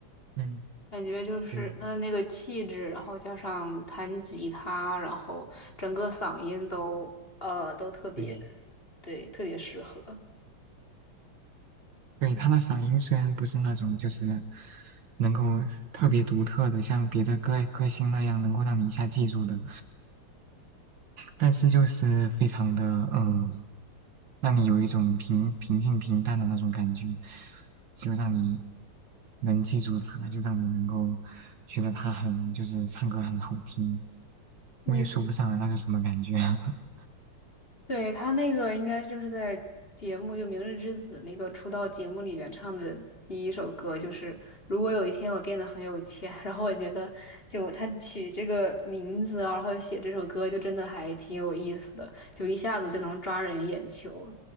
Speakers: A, on the right (about 60°); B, on the left (about 25°).
A: 嗯，
B: 感觉就是它的那个气质，
A: 对
B: 然后加上弹吉他，然后整个嗓音都呃都特别，
A: 对
B: 对，特别适合。
A: 对，他的嗓音虽然不是那种就是能够特别独特的，像别的歌歌星那样能够让你一下记住的。但是就是非常的嗯，让你有一种平平静平淡的那种感觉，就让你能记住他，就让你能够觉得他很就是唱歌很好听，
B: 嗯，
A: 我也说不上来那是什么感觉。<laughs>
B: 对，他那个应该就是在节目就《明日之子》那个出道节目里面唱的第一首歌，就是如果有一天我变得很有钱，<laughs> 然后我觉得就他取这个名字啊然后写这首歌，就真的还挺有意思的，就一下子就能抓人眼球。